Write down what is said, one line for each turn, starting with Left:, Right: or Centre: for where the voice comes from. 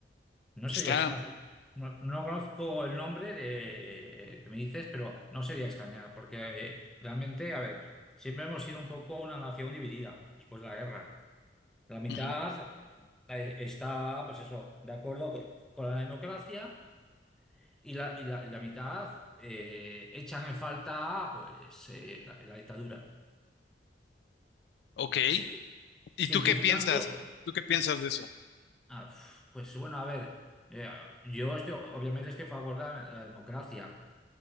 Centre: no sería,
Left: Está,
Centre: no, sé- no- no conozco el nombre de, que me dices, pero no sería extrañar, porque eh, realmente, a ver, siempre hemos sido un poco una nación dividida después de la guerra. La mitad
Left: ujú,
Centre: eh, está, pues eso, de acuerdo con con la democracia y la, y la, la mitad eh, echan en falta, pues, eh, la la dictadura.
Left: ok.
Centre: Sí,
Left: ¿Y
Centre: Simplificando,
Left: tú qué piensas? ¿Tú qué piensas de eso?
Centre: ah, pf, pues bueno, a ver, eh, yo estoy, obviamente estoy a favor de la, la democracia.